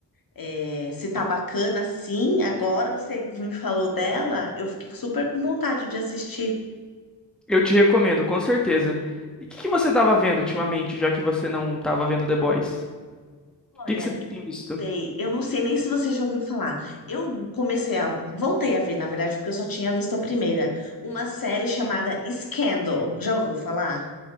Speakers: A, on the left (about 50°); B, in the centre.
A: é, se tá bacana assim, agora você me falou dela, eu fiquei super com vontade de assistir.
B: Eu te recomendo, com certeza. E o que que você tava vendo ultimamente, já que você não tava vendo The Boys?
A: Olha,
B: O que que você tem visto?
A: Tem. Eu não sei nem se você já ouviu falar. Eu comecei a. Voltei a ver, na verdade, porque eu só tinha visto a primeira. Uma série chamada Scandal. Já ouviu falar?